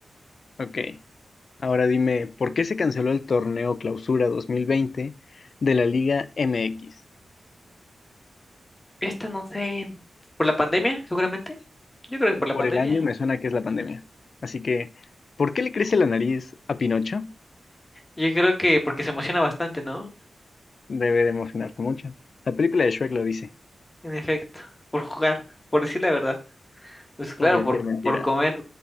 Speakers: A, on the left; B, on the left.
A: Ok. Ahora dime, ¿por qué se canceló el torneo Clausura 2020 de la Liga MX?
B: Esta no sé, por la pandemia, seguramente. Yo creo que por la
A: Por
B: pandemia.
A: el año me suena que es la pandemia. Así que, ¿por qué le crece la nariz a Pinocho?
B: Yo creo que porque se emociona bastante, ¿no?
A: Debe de emocionarse mucho. La película de Shrek lo dice,
B: En efecto, por jugar, por decir la verdad. Pues claro,
A: por decir
B: por,
A: mentiras.
B: por comer,